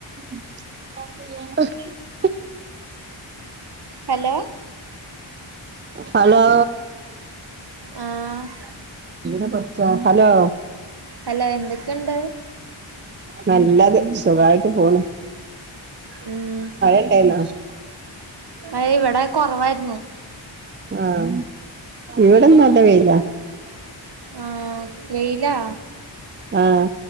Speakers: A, on the right (about 25°); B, on the right (about 55°).
A: <inaudible>
B: Hello
A: hello
B: ആഹ്
A: എ പച്ച ഹലോ!
B: ഹലോ എന്തൊക്കെയുണ്ട്
A: നല്ലത് സുഖായിട്ട് പോണു
B: ഉം
A: ഇണ്ടായിന്നോ
B: അ ഇവിടെ കുറവായിരുന്നു
A: ആഹ ഇവിടന്ന നല്ല വെയിലാ
B: ആ വെയിലാ
A: ആഹ